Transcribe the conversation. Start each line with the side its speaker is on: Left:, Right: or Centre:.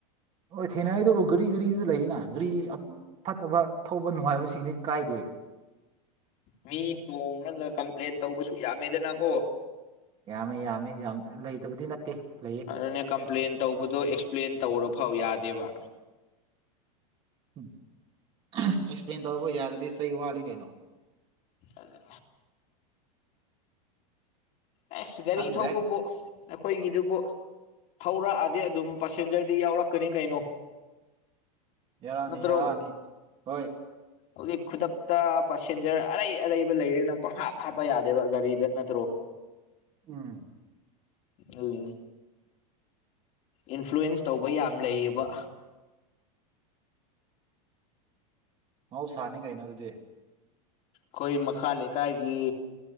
Right: ꯍꯣꯏ ꯊꯦꯡꯅꯏꯗꯕꯨ ꯒꯥꯔꯤ ꯒꯥꯔꯤꯗ ꯂꯩꯅ ꯒꯥꯔꯤ ꯐꯠꯇꯕ ꯊꯧꯕ ꯅꯨꯡꯉꯥꯏꯕꯁꯤꯡꯗꯤ ꯀꯥꯏꯗꯦ
Left: ꯃꯤ ꯇꯣꯡꯂꯒ ꯀꯝꯄ꯭ꯂꯦꯟ ꯇꯧꯕꯁꯨ ꯌꯥꯝꯃꯦꯗꯅꯀꯣ
Right: ꯌꯥꯝꯃꯦ ꯌꯥꯝꯃꯦ ꯌꯥꯝ ꯂꯩꯇꯕꯗꯤ ꯅꯠꯇꯦ ꯂꯩꯌꯦ
Left: ꯑꯗꯨꯅꯦ ꯀꯝꯄ꯭ꯂꯦꯟ ꯇꯧꯕꯗꯣ ꯑꯦꯛꯁꯄ꯭ꯂꯦꯟ ꯇꯧꯔ ꯐꯥꯎ ꯌꯥꯗꯦꯕ
Right: ꯎꯝ ꯑꯦꯛꯁꯄ꯭ꯂꯦꯟ ꯇꯧꯕ ꯌꯥꯇꯔꯗꯤ ꯆꯩ ꯋꯥꯠꯂꯤ ꯀꯩꯅꯣ
Left: ꯑꯗꯨ ꯑꯦꯁ ꯁꯤꯗꯔꯤ
Right: ꯈꯪꯗ꯭ꯔꯦ
Left: ꯊꯧꯕꯕꯨ ꯑꯩꯈꯣꯏꯒꯤꯗꯨꯕꯨ ꯊꯧꯔꯛꯑꯗꯤ ꯑꯗꯨꯝ ꯄꯦꯁꯦꯟꯖꯔꯗꯤ ꯌꯥꯎꯔꯛꯀꯅꯤ ꯀꯩꯅꯣ
Right: ꯌꯥꯔꯥꯅꯤ
Left: ꯅꯠꯇ꯭ꯔꯣ
Right: ꯌꯥꯔꯥꯅꯤ ꯍꯣꯏ
Left: ꯍꯧꯖꯤꯛ ꯈꯨꯗꯛꯇ ꯄꯁꯦꯟꯖꯔ ꯑꯔꯩ ꯑꯔꯩꯕ ꯂꯩꯔꯦꯅ ꯄꯪꯍꯥꯞ ꯍꯥꯞꯄ ꯌꯥꯗꯦꯕ ꯒꯥꯔꯤꯗ ꯅꯠꯇ꯭ꯔꯣ
Right: ꯎꯝ
Left: ꯑꯗꯨꯅꯦ ꯏꯟꯐ꯭ꯂꯨꯋꯟꯁ ꯇꯧꯕ ꯌꯥꯝ ꯂꯩꯌꯦꯕ
Right: ꯃꯍꯧꯁꯥꯅꯤ ꯀꯩꯅꯣ ꯑꯗꯨꯗꯤ
Left: ꯈꯣꯏ ꯃꯈꯥ ꯂꯩꯀꯥꯏꯒꯤ